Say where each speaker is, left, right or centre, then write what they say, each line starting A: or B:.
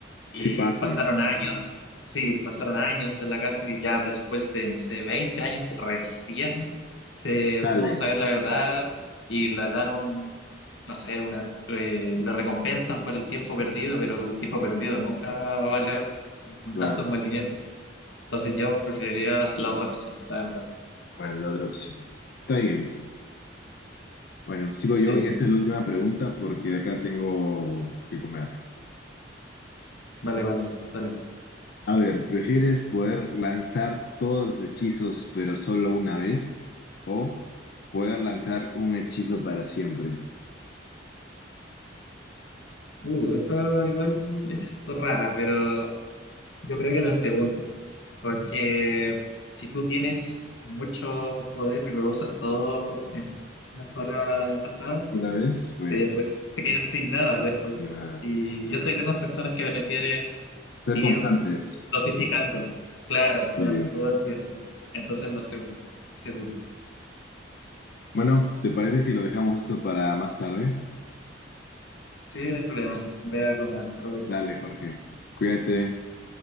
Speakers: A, on the left (about 80°); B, on the left (about 60°).
A: y
B: Si pasan,
A: pasaron años, sí, pasaron años en la cárcel y ya después de, no sé, 20 años recién se
B: salen,
A: pudo saber la verdad y le dan un, no sé, una, eh, le recompensan por el tiempo perdido, pero el tiempo perdido nunca va a valer
B: claro.
A: tanto como el dinero. Entonces yo preferiría la, la otra opción, la verdad.
B: Bueno, la otra opción. Está bien. Bueno, sigo yo
A: Sí,
B: y esta es la última pregunta porque de acá tengo que comer.
A: vale, vale, dale.
B: A ver, ¿prefieres poder lanzar todos los hechizos pero solo una vez? ¿O poder lanzar un hechizo para siempre?
A: Uh, esa igual es rara, pero yo creo que la segunda, porque si tú tienes mucho poder, pero lo usas todo en una sola tajada,
B: Una vez, pues,
A: eh, pues te quedas sin nada después.
B: sin nada.
A: Y yo soy de esas personas que prefieren
B: Ser
A: ir
B: constantes.
A: dosificando, claro,
B: Sí.
A: durante todo el tiempo. Entonces la segunda, seguro.
B: Bueno, ¿te parece si lo dejamos esto para más tarde?
A: Sí, no hay problema. Ve a comer, provecho.
B: Dale, Jorge. Cuídate.